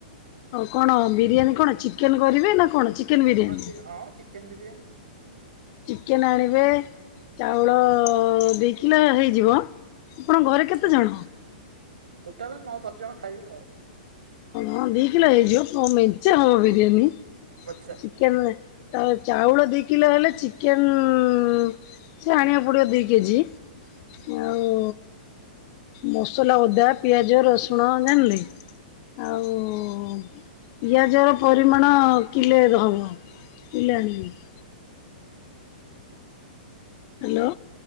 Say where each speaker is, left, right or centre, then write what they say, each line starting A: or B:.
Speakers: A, on the left; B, on the right.
A: କଣ ବିରିୟାନୀ କଣ ଚିକେନ୍ କରିବେ ନା କଣ ଚିକେନ ବିରିୟାନୀ?
B: ହ ଚି ହଁ ଚିକେନ ବିରିୟାନୀ
A: ଚିକେନ ଆଣିବେ ଚାଉଳ ଦି କିଲ ହେଇଯିବ। ଆପଣ ଘରେ
B: ଆଛା
A: କେତେ ଜଣ?
B: ଟୋଟାଲ ନଅ ଦଶ ଜଣ ଖାଇବେ ଆଉ।
A: ନ ଦିଇ କିଲୋ ହେଇଯିବ ଆ ମେଞ୍ଚ ହବ ବିରିୟାନୀ।
B: ଆଛା।
A: କେମିତି ଚା-ଚାଉଳ ଦି କିଲୋ ହେଲେ ଚିକେନ୍ ଉଁ। ସେ ଆଣିବା ପଡ଼ିବ ଦି କେଜି। ଆଉ ମସଲା ଅଦା ପିଆଜ ରସୁଣ ଜାଣିଲେ। ଆଉ ପିଆଜର ପରିମାଣ କିଲେ ହବ। <unintelligible> ହ୍ୟାଲୋ।